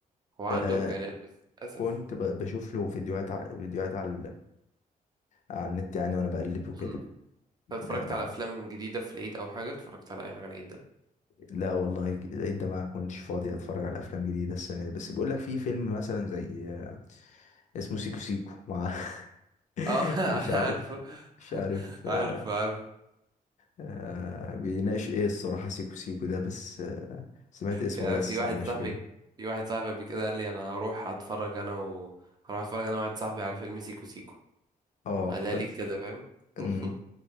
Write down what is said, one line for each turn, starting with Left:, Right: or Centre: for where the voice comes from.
Right: هو عنده
Left: آه
Right: امكانيات بس للاسف
Left: كنت ب- بشوف له فيديوهات على فيديوهات على على النت يعني وأنا بقلب وكده
Right: امم طب اتفرجت
Left: آه،
Right: على افلام جديده في العيد او حاجه اتفرجت على اي حاجه العيد ده
Left: لا والله ج- العيد ده ما كنتش فاضي اتفرج على افلام جديده السنه دي بس بيقول لك في فيلم مثلا زي آه، اسمه سيكو سيكو مع <laughs>
Right: اه <laughs>
Left: مش
Right: انا
Left: عارف
Right: عارفه
Left: مش عارف
Right: <laughs>
Left: آه،
Right: عارف عارف
Left: آه، بيناقش ايه الصراحه سيكو سيكو ده بس آه، سمعت اسمه
Right: يعني
Left: بس
Right: في واحد
Left: على ماشي
Right: صاحبي
Left: كده
Right: في واحد صاحبي قبل كده قال لي انا هروح اتفرج انا و هروح اتفرج انا واحد صاحبي على فيلم سيكو سيكو
Left: اه
Right: قالها
Left: ف...
Right: لي كده فاهم
Left: مم.
Right: <laughs>